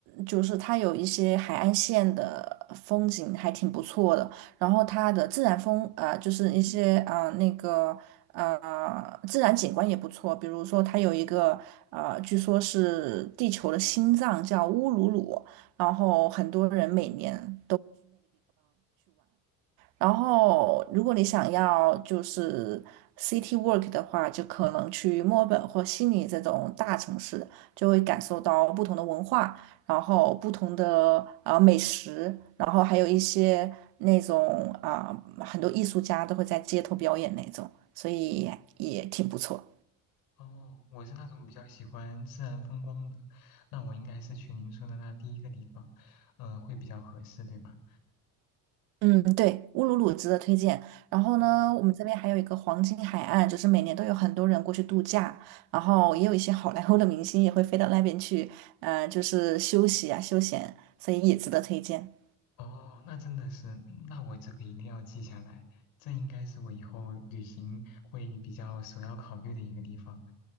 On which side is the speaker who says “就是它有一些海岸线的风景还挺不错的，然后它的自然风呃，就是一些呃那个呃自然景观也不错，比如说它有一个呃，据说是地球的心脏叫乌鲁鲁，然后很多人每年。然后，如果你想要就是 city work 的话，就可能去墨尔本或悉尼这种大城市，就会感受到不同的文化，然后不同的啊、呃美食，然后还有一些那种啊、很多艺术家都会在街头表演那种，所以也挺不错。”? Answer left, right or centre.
Right